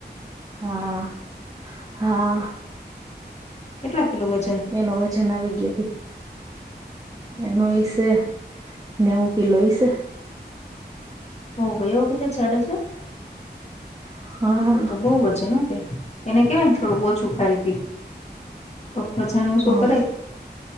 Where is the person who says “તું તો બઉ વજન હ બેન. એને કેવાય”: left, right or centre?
Left